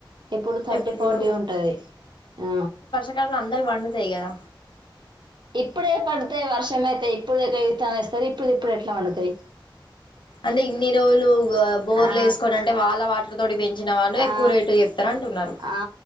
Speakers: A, on the right; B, on the left.
A: ఇప్పుడు థర్టీ
B: ఎప్పుడు
A: ఫార్టీ ఉంటది ఆ
B: ఇగ అందరుకి పండుతాయి కదా
A: ఇప్పుడే పడుతాయి వర్షం అయితే ఇప్పుడు కవితన్ని వస్తారు ఇప్పుడు ఇప్పుడు ఎట్లా పడుతాయి
B: అంటే ఇన్ని రోజులు బోర్లు
A: ఆ!
B: వేసుకోని అంటే వాళ్ళ వా తోటి పెంచిన వాళ్ళు ఎక్కువ
A: ఆ
B: రేటు చెప్తారు అంటున్నారు
A: ఆ